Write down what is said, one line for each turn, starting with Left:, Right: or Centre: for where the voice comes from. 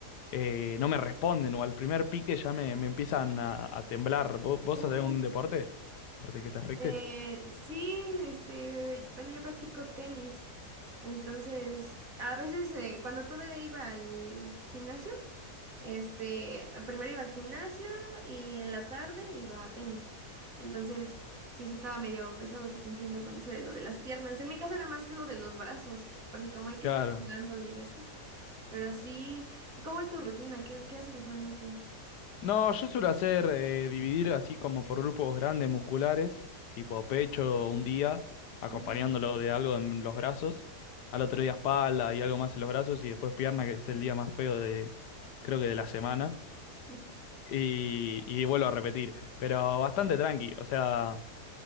Left: eh, no me responden, o al primer pique ya me, me empiezan a, a temblar. ¿Vos, vos
Right: Uy.
Left: hacés un deporte? Corte que te afecte.
Right: Eh, sí, este, bueno, yo practico tenis, entonces a veces eh, cuando todavía iba al gimnasio, Este, primero iba al gimnasio y en la tarde iba a tenis. Entonces, sí, sí estaba medio pesado, sí te entiendo con eso de lo de las piernas. En mi caso era más lo de los brazos, porque como hay que
Left: Claro.
Right: estar pegándole y eso. Pero sí, ¿cómo es tu rutina? ¿Qué, qué haces usualmente?
Left: No, yo suelo hacer eh, dividir así como por grupos grandes musculares, tipo pecho un día, acompañándolo
Right: Mm,
Left: de algo en los brazos, al otro día espalda y algo más en los brazos, y después pierna, que es el día más feo de, creo que de la semana,
Right: sí.
Left: y, y vuelvo a repetir, pero bastante tranqui, o sea...